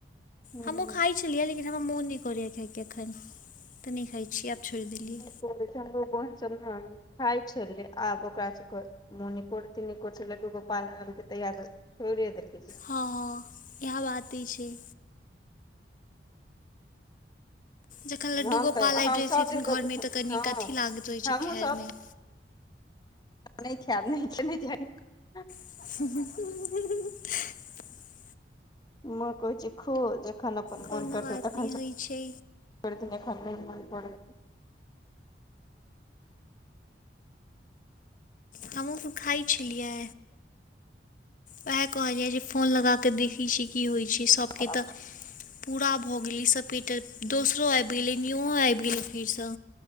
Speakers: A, on the left (about 25°); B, on the left (about 45°).
A: हँ
B: हमू खाय। छेलियै लेकिन हमरा मोन नै करैए खाएके अखन तऽ नै खाय छी आब छोइड़ देलियै।
A: <unintelligible> चंन्दो बहिन सब नऽ खाय छेलै आब ओकरा सब के - मोने कुरती निको छेलै दुगो पालन तैयार तोड़े देलकै।
B: हँ हँ इएह बाते छै। जखन लड्डू
A: हम
B: गोपाल
A: तऽ
B: आइब
A: हम
B: जाय
A: सब
B: छथिन
A: दिन के
B: घरमे तऽ कनी
A: हँ
B: अथी लागैत रहै
A: हमहूँ
B: छै खाएमे-
A: नै खेएब नै <unintelligible>
B: ह-ह-ह
A: माँ कहै छैय खो जखन अपन
B: कोनो
A: मोन करतौ
B: बात
A: तखन
B: नहि होइत
A: सँ।
B: छै
A: छोइड़ <unintelligible>
B: हमहूँ तू खाइ छलियै। उएह कहलिये जे फोन लगा कऽ देखैत छी की होइत छै सभके
A: खराब
B: तऽ। पूरा भऽ गेलै ई सपेटर दोसरो आबि गेलै निओ आबि गेलै फेरसँ।